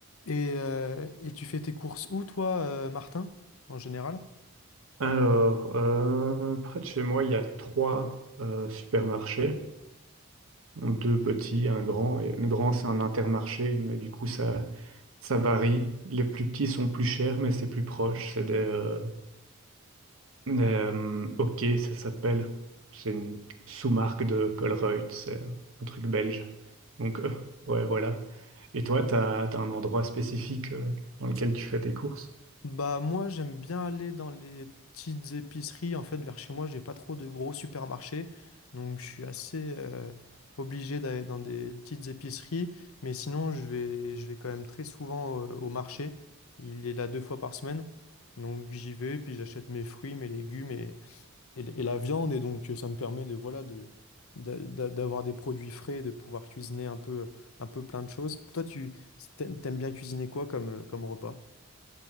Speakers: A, on the left; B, on the right.
A: Et, euh, et tu fais tes courses où, toi, euh, Martin, en général?
B: Alors, euh, près de chez moi, il y a trois euh, supermarchés, deux petits, un grand. Et le grand, c'est un intermarché, mais du coup, ça, ça varie. Les plus petits sont plus chers, mais c'est plus proche. C'est des, euh, des, euh, OK, ça s'appelle. C'est une sous-marque de Colruyt, c'est un truc belge. Donc, euh, ouais, voilà. Et toi, t'as as, un endroit spécifique euh, dans lequel tu fais tes courses?
A: Bah moi, j'aime bien aller dans les petites épiceries. En fait, vers chez moi, j'ai pas trop de gros supermarchés, donc je suis assez euh, obligé d'aller dans des petites épiceries. Mais sinon, je vais, je vais quand même très souvent au, au marché. Il est là deux fois par semaine, donc j'y vais puis j'achète mes fruits, mes légumes Et, et la viande, et donc ça me permet de, voilà, de, d'a- d'a- d'avoir des produits frais, de pouvoir cuisiner un peu, un peu plein de choses. Toi, tu t'a- t'aimes bien cuisiner quoi comme, euh, comme repas?